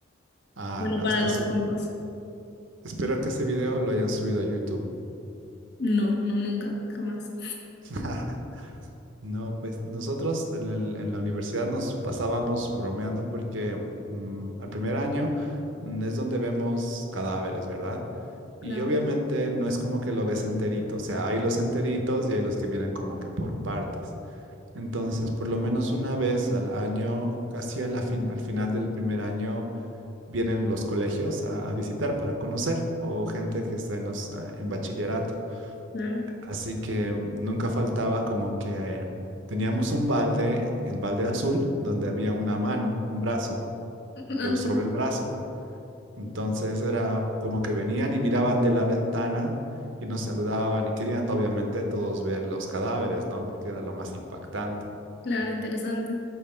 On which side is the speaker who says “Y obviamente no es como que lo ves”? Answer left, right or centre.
Right